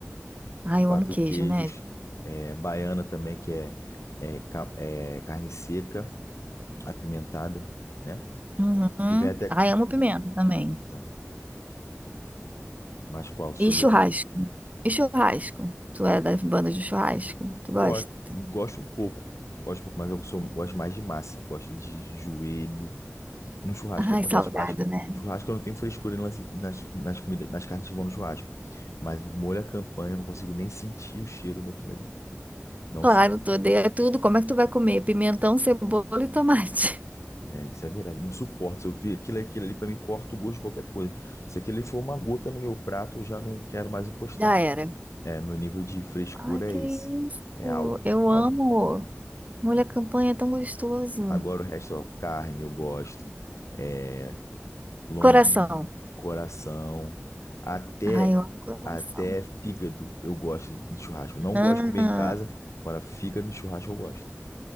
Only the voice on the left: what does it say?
Quatro
queijos,
é, baiana também, que é, é, ca- é carne seca. apimentada, né?
Que vem até.
Então, mas qual? Deixa
eu
ver.
Go-
Gosto um pouco. Gosto um pouco, mas eu sou, gosto mais de massa. Eu gosto de joelho. No churrasco,
que acontece?
Churrasco.
Churrasco eu não tenho frescura em lance- nas, nas comidas, nas carnes que vão no churrasco. Mas molho à campanha, eu não consigo nem sentir o cheiro daquilo ali. Não,
su-
é, isso é verdade. Não suporto. Se eu ver aquilo, aquilo ali, pra mim, corta o gosto de qualquer coisa. Se aquilo ali for uma gota no meu prato, eu já não quero mais encostar.
É, meu nível de frescura
é esse.
É alto,
alto.
Agora o resto, ó, carne eu gosto, é, lombinho,
coração, até
até fígado eu gosto de churrasco. Não
gosto de comer em casa, agora fígado no churrasco eu gosto,